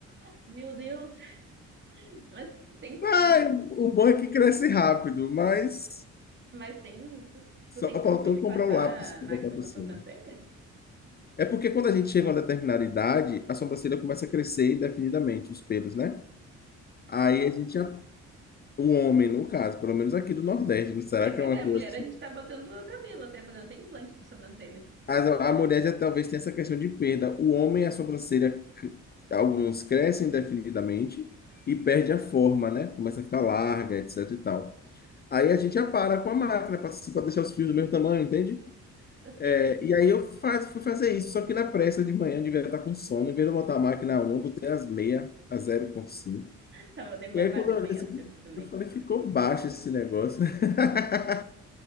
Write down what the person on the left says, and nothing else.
Ai,
o bom é que cresce rápido, mas
só
faltou
comprar
um lápis para
botar por
cima.
É porque quando a gente chega a uma determinada idade, a sobrancelha começa a crescer indefinidamente, os pelos, né? Aí
a gente, já- o homem, no caso, pelo menos aqui do Nordeste, não será
que é uma
coisa
assim?
Mas A, a mulher já talvez tenha essa questão de perda. O homem, a sobrancelha, c- alguns crescem indefinidamente e perde a forma, né? Começa a ficar larga, etc e tal. Aí a gente já para com a máquina para deixar os fios do mesmo tamanho, entende?
É,
e aí eu faz- fui fazer isso, só que na pressa de manhã eu devia estar com sono, em vez de eu botar a máquina a 1, eu botei as meia a zero vírgula cinco
E aí
quando
eu
olhei assim,
eu falei, ficou baixo esse negócio. <laughs>